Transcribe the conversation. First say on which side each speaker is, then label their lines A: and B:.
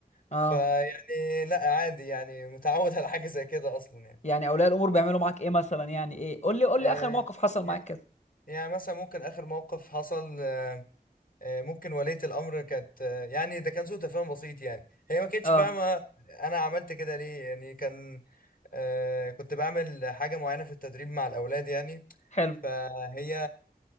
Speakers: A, on the left (about 45°); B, on the left (about 60°).
A: اه
B: فيعني لا عادي يعني متعود <laughs> على حاجه زي كده اصلا يعني
A: يعني اولياء الامور بيعملوا معاك ايه مثلا يعني ايه قول لي قول
B: آه،
A: لي اخر موقف حصل معاك
B: يع-
A: كده
B: يعني مثلا ممكن آخر موقف حصل آه، ممكن ولية الأمر كانت آه، يعني ده كان سوء تفاهم بسيط يعني هي ما كانتش
A: اه
B: فاهمة أنا عملت كده ليه يعني كان آه، كنت بعمل حاجة معينة في التدريب مع الأولاد يعني
A: حلو
B: فهي